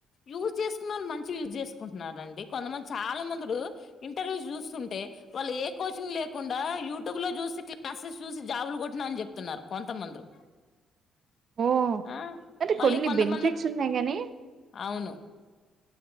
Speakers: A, on the left; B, on the right.
A: యూస్ చేసుకున్నోల్ మంచి యూ జెస్ కుంటున్ర్ అండి కొంతమంది చాలా మందురూ ఇంటర్వ్యూస్ చూస్తుంటే వాళ్ళు ఏ కోచింగ్ లేకుండా యూట్యూబ్ లో చూసి క్లాసెస్ చూసి జాబులు కొట్టిన అని చెప్తున్నారు కొంతమందృ
B: ఓ
A: ఆ
B: అంటే
A: మళ్ళీ
B: కొన్ని
A: కొంతమంది
B: బెనిఫిట్స్ ఉన్నాయి గాని
A: అవును